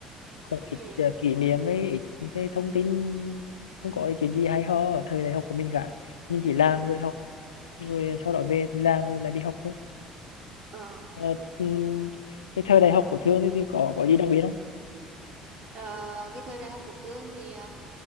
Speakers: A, on the left (about 85°); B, on the right (about 45°).
A: cũng ít
B: ừ
A: ờ, kỷ niệm với ít những cái thông tin không có cái chuyện gì hay ho ở thời đại học của mình cả mình chỉ làm
B: ừ
A: rồi học rồi sau đó về thì làm rồi lại đi học thôi
B: Ờ.
A: ờ, ừm, cái thời đại học của Thương thì thì có có gì đặc biệt không
B: Ờ, cái thời đại học của Thương thì ờ,